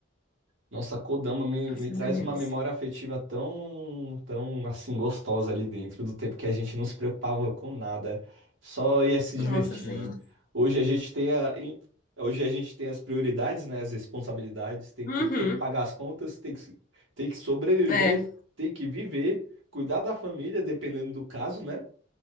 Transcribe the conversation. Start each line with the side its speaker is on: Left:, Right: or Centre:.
Right: Nossa, Kodama me, me
Left: Esses
Right: traz
Left: eventos.
Right: uma memória afetiva tão, tão assim gostosa ali dentro do tempo que a gente não se preocupava com nada, só ia se
Left: Nossa
Right: divertir.
Left: Senhora.
Right: Hoje a gente tem a, em- hoje a gente tem as prioridades, né, as responsabilidades, tem que,
Left: Uhum,
Right: cu- tem que pagar as contas, tem que, se- tem que sobreviver,
Left: é,
Right: tem que viver, cuidar da família, dependendo do caso, né?